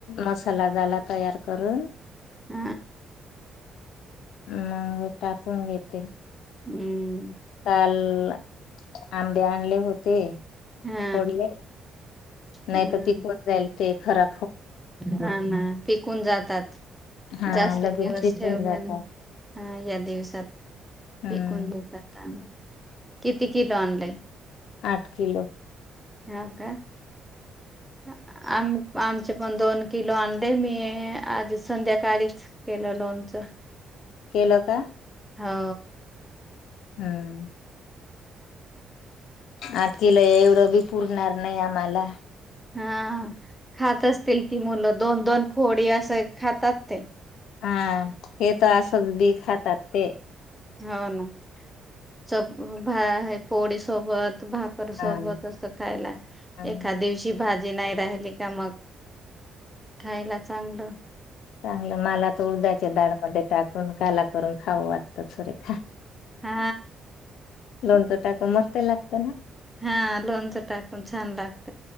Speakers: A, on the left; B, in the centre.
A: मसाला झाला तयार करून
B: आ
A: मग टाकून घेते.
B: हम्म.
A: ल आंबे आणले होते.
B: हा
A: फोडले
B: हा
A: नाही ते पिकून जाईल ते खरा
B: हा ना पिकून जातात.
A: हा
B: जास्त
A: लगेच
B: दिवस
A: पिकून
B: ठेवल्या
A: जातात.
B: नं आ या दिवसात
A: हम्म
B: पीकून जातात आ किती किलो आणलय?
A: आठ किलो.
B: ह का आ आम आमचे पण दोन किलो आणले मी आज संध्याकाळीच केल्यालो लोणचं
A: केलं का?
B: हा
A: हम्म. आट किलो ए एवढं बी पुरणार नाही आमाला
B: हा ह खात असतील की मुलं दोन दोन फोडी अस त खातात ते
A: हा हे त असं बी खातात ते
B: हो ना च हो भा पोळी सोबत भाकर
A: हा
B: सोबत असतं खायला
A: हम्म
B: एखाद दिवशी भाजी नाही राहिली का मग खायला चांगलं
A: चांगलं मला तर उडद्याच्या डाळमध्ये टाकून काला करून खावं <unintelligible>
B: हा
A: लोणचं टाकून मस्त लागतं ना
B: हा लोणच टाकून छान लाग